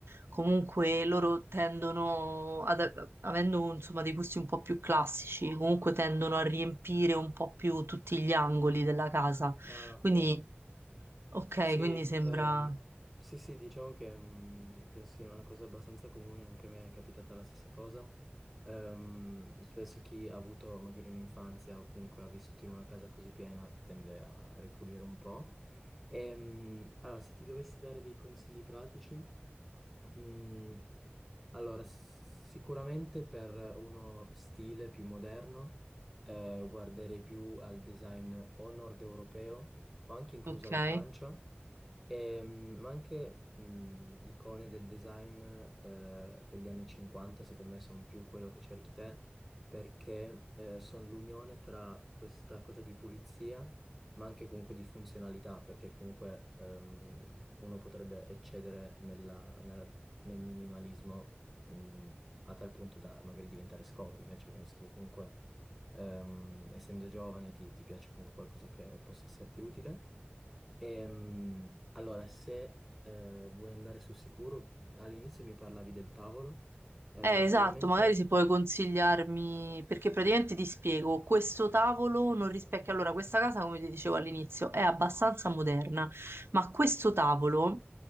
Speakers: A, on the right; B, in the centre.
A: comunque loro tendono, ad- avendo insomma dei gusti un po' più classici, comunque tendono a riempire un po' più tutti gli angoli della casa.
B: Ah,
A: Quindi,
B: ok.
A: ok,
B: Sì,
A: quindi sembra,
B: ehm, sì, sì, diciamo che mm, penso sia una cosa abbastanza comune, anche a me è capitata la stessa cosa. Ehm, spesso chi ha avuto magari un'infanzia o comunque ha vissuto in una casa così piena tende a ripulire un po'. Ehm, allora, se ti dovessi dare dei consigli pratici, mm, allora, sicuramente per uno stile più moderno, eh, guarderei più al design o nord europeo o anche inclusa
A: ok.
B: la Francia. Ehm, ma anche mh, icone del design eh, degli anni 50, secondo me, sono più quello che cerchi te, perché sono l'unione tra questa cosa di pulizia, ma anche comunque di funzionalità, perché comunque ehm, uno potrebbe eccedere nella- nella- nel minimalismo mh, a tal punto da magari diventare scomodo, invece penso che comunque, ehm, essendo giovane, ti ti piace comunque qualcosa che possa esserti utile. Ehm, allora, se eh, vuoi andare sul sicuro, all'inizio mi parlavi del tavolo, eh,
A: Eh, esatto,
B: probabilmente...
A: magari se puoi consigliarmi, perché praticamente ti spiego, questo tavolo non rispecchia, allora questa casa, come ti dicevo all'inizio, è abbastanza moderna, ma questo tavolo